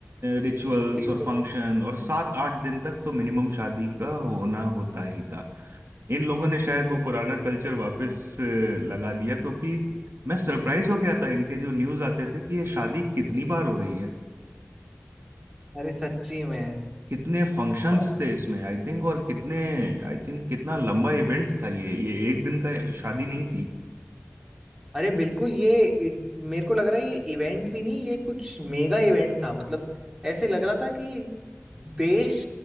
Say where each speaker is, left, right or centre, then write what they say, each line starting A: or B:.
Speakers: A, on the right; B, on the right.
A: रिचुअल्स
B: बिल्कुल
A: और फंक्शन और सात आठ दिन तक तो मिनिमम शादी का होना होता ही था इन लोगों ने शायद
B: बिल्कुल
A: वो पुराना कल्चर वापस अ, लगा दिया क्योंकि मैं सरप्राइज हो गया था इनके जो न्यूज आते थे कि ये शादी कितनी बार हो रही है
B: अरे सच्ची में
A: कितने फंक्शंस
B: और
A: थे इसमें आई थिंक और कितने आई थिंक कितना लंबा इवेंट था ये ये एक दिन का शादी नहीं थी
B: अरे बिल्कुल ये इ- मेरे को लग रहा है ये इवेंट भी नहीं ये कुछ मेगा इवेंट था मतलब ऐसे लग रहा था कि देश